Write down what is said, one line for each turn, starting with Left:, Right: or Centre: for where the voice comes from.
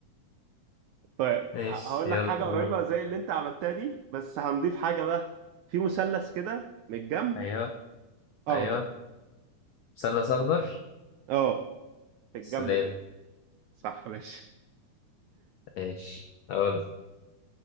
Right: طيب
Left: ماشي
Right: ه- هقول
Left: يلا
Right: لك حاجه
Left: قول
Right: قريبه زي اللي انت عملتها دي بس هنضيف حاجه بقى في مثلث كده من الجنب
Left: ايوه
Right: اخضر
Left: ايوه مثلث اخضر
Right: اه في الجنب
Left: السودان
Right: كده صح ماشي
Left: ماشي اقول